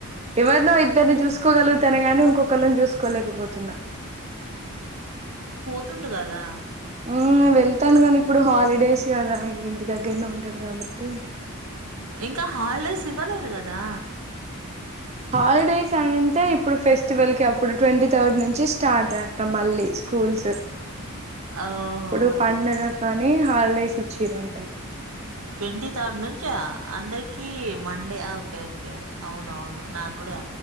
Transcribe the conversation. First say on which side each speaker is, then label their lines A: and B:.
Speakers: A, on the right; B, on the right.
A: ఎవరినో ఇద్దరిని చూసుకోగలుగుతాను గానీ ఇంకొకళ్ళని చూసుకోలేకపోతున్నా.
B: తుండు కదా.
A: హ్మ్ వెళ్తాండు గాని ఇప్పుడు హాలిడేస్ కదా ఇంగా ఇంటి దగ్గరనే ఉం టడు కాబట్టి
B: ఇంకా హాలిడేస్ ఇవ్వలేదు కదా.
A: హాలిడేస్ అంటే ఇప్పుడు ఫెస్టివల్ కి అప్పుడు ట్వంటీ థర్డ్ నుంచి స్టార్ట్ అంట మళ్ళీ స్కూల్స్.
B: ఓహోహో
A: ఇప్పుడు పండగ కానీ హాలిడేస్ ఇచ్చిరు అం ట
B: ట్వంటీ థర్డ్ నుంచా అందరికిీ మండే ఓకే ఓకే అవున అవును నాకు కూడా